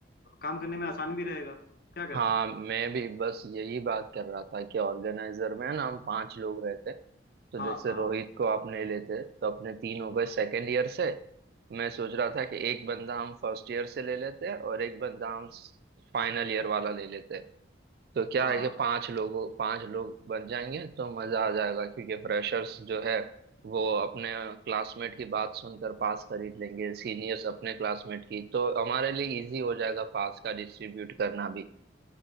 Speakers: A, on the left; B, on the right.
A: काम करने में आसान भी रहेगा क्या कहते
B: हाँ
A: हो
B: मैं भी बस यही बात कर रहा था कि ऑर्गेनाइजर में ना हम पांच लोग रहते तो
A: हाँ
B: जैसे
A: हाँ
B: रोहित को आपने लेते तो अपने तीन हो गए
A: हम्म,
B: सेकेंड ईयर से मैं सोच
A: हम्म,
B: रहा था कि एक बंदा हम फर्स्ट ईयर से ले लेते हैं और एक बंदा हम फाइनल ईयर वाला ले लेते हैं। तो क्या
A: हाँ
B: है कि पांच लोगों पांच लोग बन जाएंगे तो मजा आ जाएगा क्योंकि फ्रेशर्स जो है वो अपने क्लासमेट की बात सुनकर पास खरीद लेंगे सीनियर्स अपने क्लासमेट की तो हमारे लिए इजी हो जाएगा पास का डिस्ट्रीब्यूट करना भी